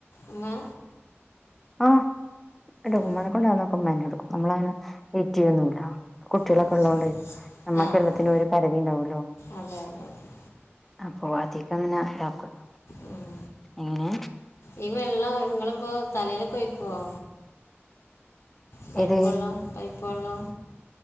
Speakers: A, on the left; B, in the centre.
A: ഉമ്മാ
B: ആഹ് എന്റെ
A: ആ
B: ഉമ്മാനെ കൊണ്ട് ആവുന്നതൊക്കെ ഉമ്മ തന്നെ എടുക്കും നമ്മള് അങ്ങനെ വെയിറ്റ് ചെയ്യൊന്നും ഇല്ലാ കുട്ടികളൊക്കെ
A: ആ
B: ഉള്ളതൊണ്ടെയ്
A: ശരി
B: നമ്മക്ക്
A: ആ
B: എല്ലത്തിനും
A: ആ
B: ഒരു പരിധി ഉണ്ടാവൊല്ലോ
A: അതെ അതെ അതെ
B: അപ്പോ അധികം അങ്ങനെ ഇതാക്കൊല്ലൊ
A: ഉം.
B: എങ്ങനേ
A: ഈ വെള്ളം ഇങ്ങള് ഇപ്പോ തലയിലൊക്കെ ഒഴിക്കുവോ പൈപ്പ്
B: ഏത്
A: വെള്ളം പൈപ്പ് വെള്ളം